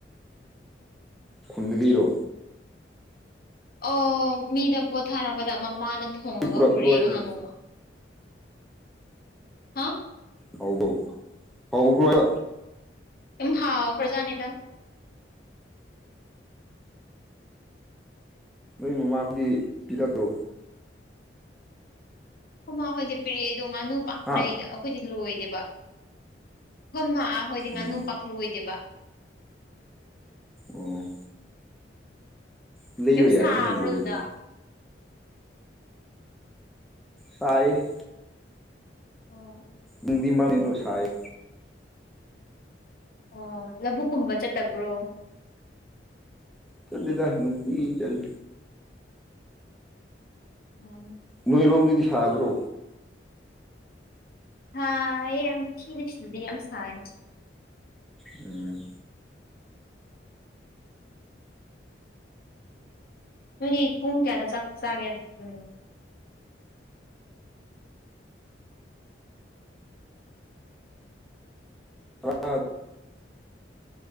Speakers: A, in the centre; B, on the left.
A: ꯈꯨꯨꯝꯗꯒꯤꯔꯣ
B: ꯑꯣ ꯃꯤꯗ ꯄꯣꯠ ꯊꯥꯔꯛꯄꯗ ꯃꯃꯥꯅ ꯊꯣꯡꯉꯒ
A: ꯄꯨꯔꯛꯄ꯭ꯔꯣ
B: ꯄꯨꯔꯛꯑꯦ
A: ꯍꯥꯏꯕ
B: ꯉꯍꯥꯟ ꯅꯣꯡꯃ ꯍꯥ
A: ꯍꯥꯎꯕꯣ ꯍꯥꯎꯕꯔꯣꯕ
B: ꯎꯝ ꯍꯥꯥꯎ ꯈꯔꯖꯥꯅꯤꯗ
A: ꯅꯣꯏ ꯃꯃꯥꯗꯤ ꯄꯤꯔꯛꯇꯣ
B: ꯈꯨꯃꯥ ꯍꯣꯏꯗꯤ ꯄꯤꯔꯛꯑꯦ ꯑꯗꯣ ꯉꯥꯅꯨ ꯄ
A: ꯍꯥ
B: ꯂꯩꯗ ꯑꯩꯈꯣꯏꯗꯤ ꯂꯣꯏꯗꯦꯕ ꯃꯥ ꯍꯣꯏꯗꯤ ꯉꯥꯅꯨ
A: ꯎꯝ
B: ꯄꯥꯛ ꯂꯣꯏꯗꯦꯕ
A: ꯑꯣ ꯂꯩꯕ
B: ꯌꯝ
A: ꯌꯥꯏꯗꯅ
B: ꯁꯥꯕ꯭ꯔꯣ
A: ꯂꯣꯏꯗꯁꯨ
B: ꯑꯗꯨꯗ
A: ꯁꯥꯏ
B: ꯑꯣ
A: ꯪ <unintelligible> ꯃꯗꯣꯁꯥꯏ
B: ꯑꯣ ꯂꯧꯕꯨꯛ ꯀꯨꯝꯕ ꯆꯠꯇꯕ꯭ꯔꯣ
A: ꯆꯠꯂꯤꯗ ꯅꯨꯡꯇꯤꯒꯤ ꯆꯠꯂꯤ
B: ꯎꯝ
A: ꯅꯣꯏꯔꯣꯝꯗꯗꯤ ꯁꯥꯗ꯭ꯔꯣ
B: ꯁꯥꯕ꯭ꯔꯣ ꯌꯥꯝ ꯊꯤꯅ ꯁꯤꯗꯗꯤ ꯁꯥꯌꯦ
A: ꯎꯝ
B: ꯅꯣꯏꯗꯤ ꯄꯨꯡ ꯀꯌꯥꯗ ꯆꯥꯛ ꯆꯥꯒꯦ ꯗꯅꯣ
A: ꯑꯥ